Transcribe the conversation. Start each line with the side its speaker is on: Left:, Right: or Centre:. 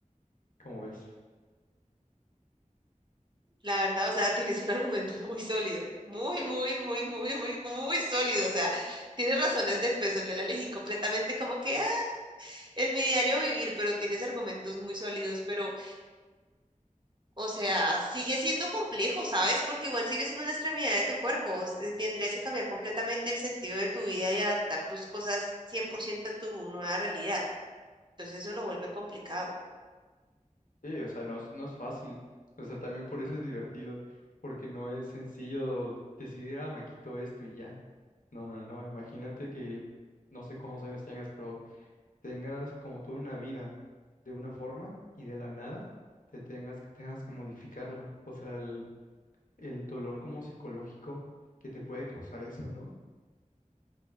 Left: como ves.
Right: La verdad, o sea, <laughs> tienes un argumento muy sólido, muy, muy, muy, muy, muy, muy sólido. O sea, tienes razones de peso. Yo la elegí completamente como que ah, en mi diario vivir, pero tienes argumentos muy sólidos, pero O sea, sigue siendo complejo, ¿sabes? Porque igual sigue siendo una extremidad de tu cuerpo. eh, Tendrías que cambiar completamente el sentido de tu vida y adaptar tus cosas 100% a tu nueva realidad. Entonces eso lo vuelve complicado.
Left: Sí, o sea, no es, no es fácil. O sea, también por eso es divertido, porque no es sencillo decidir, ah, me quito esto y ya. No, no, no, imagínate que no sé cuántos años tengas, pero tengas como toda una vida de una forma y de la nada te tengas, que- tengas que modificarla. O sea, el, el dolor como psicológico que te puede causar eso, ¿no?